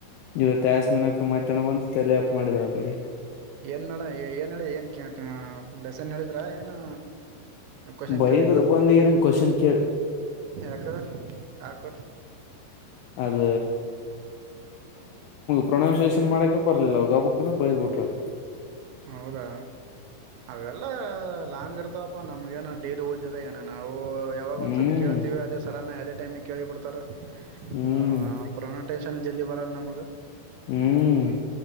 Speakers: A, on the left; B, on the right.
A: ಇವ ತ ಆಸ್ಮಿನಕ ಮತಣ ಬಂದು ತಲೆ ಅಪ್ಪ ಮಾಡಿದ್ ಆ ಕಡೆ
B: ಏನ್ ಮೇಡ ಏನ್ ಹೇಳಿ ಏನ್ ಲೆಸನ್ ಹೇಳಿದ್ರ ಏನು ಕಷನ್
A: ಬೈದ್ರ
B: ಕೇಳ
A: ಬಂದ್ ಏನ್ ಕ್ವಶನ್ ಕೇಳ
B: ಯಕ ಯಕ
A: ಅದ ಪ್ರೊನೌಸಿಯೇನ್ ಮಾಡಕ ಬರ್ಲಿಲ್ಲ ಅವವು ಗಬುಕ್ ಬೈದ್ ಬಿಟ್ರಾಕ
B: ಹೌದಾ ಅವೆಲ್ಲ ಲಾಂಗ್ ಇರ್ತಪ ನಮ್ಗ ಏನ ಡೇಲಿ ಓದಿದ್ರ ಏನ ನಾವು ಯಾವಾಗ
A: ಹ್ಮ್
B: ಒಂದ್ಸತಿ ಕೇಳ್ತೀವಿ ಅದೇ ಸಡನ್ನ ಅ ಟೈಮಿಗೆ ಕೇಳಿ ಬಿಡ್ತಾರೆ
A: ಹ್ಮ್
B: ಹ ಪ್ರನೋಟೆಯೇಷಮ್ ನ್ ಜಲ್ದಿ ಬರ ನ ಮಗ
A: ಹ್ಮ್